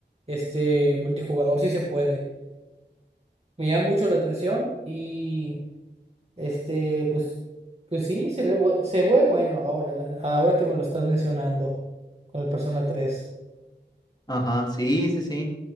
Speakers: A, on the right; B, on the left.
A: este multijugador si se puede. Me llama mucho la atención y este pues pues sí se ve bu- se ve bueno ahora la- ahora que me lo estás mencionando con el Persona tres
B: Ajá, sí, sí, sí.